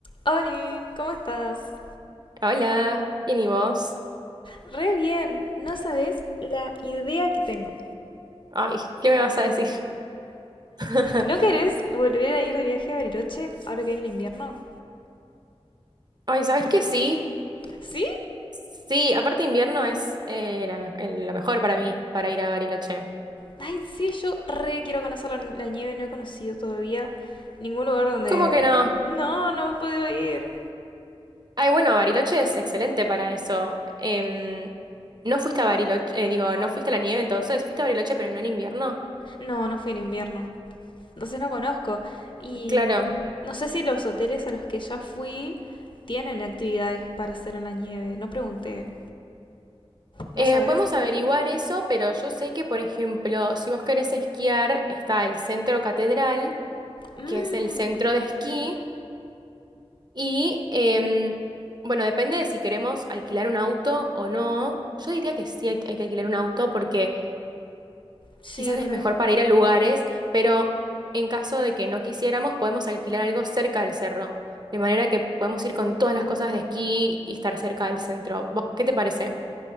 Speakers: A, on the left; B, on the right.
A: Oli, ¿cómo estás?
B: Hola, bien y vos.
A: Re bien, no sabes la idea que tengo.
B: Ay, ¿qué me vas a decir? <laughs>
A: ¿No querés volver a ir de viaje a Bariloche ahora que viene el invierno?
B: Ay, ¿sabes qué? Sí,
A: ¿Sí?
B: sí, aparte invierno es eh, la me- el- lo mejor para mí, para ir a Bariloche.
A: Ay, sí, yo re quiero conocer la, la nieve, no he conocido todavía ningún lugar donde...
B: ¿Cómo que no?
A: No, no he podido ir.
B: Ay, bueno, Bariloche es excelente para eso. Em, ¿no fuiste a Bariloche? eh, digo, ¿no fuiste a la nieve entonces? ¿Fuiste a Bariloche pero no en invierno?
A: No, no fui en invierno. Entonces no conozco. Y
B: Claro.
A: mm, no sé si los hoteles a los que ya fui tienen actividades para hacer en la nieve. No pregunté. ¿Vos
B: Eh,
A: sabés?
B: podemos averiguar eso, pero yo sé que, por ejemplo, si vos querés esquiar, está el Centro Catedral,
A: Mmm,
B: que es el centro de esquí. Y em, bueno, depende de si queremos alquilar un auto o no. Yo diría que sí hay, hay que alquilar un auto porque
A: sí,
B: quizás
A: re.
B: es mejor para ir a lugares, pero en caso de que no quisiéramos, podemos alquilar algo cerca del cerro, de manera que podemos ir con todas las cosas de esquí y estar cerca del centro. ¿Vos qué te parece?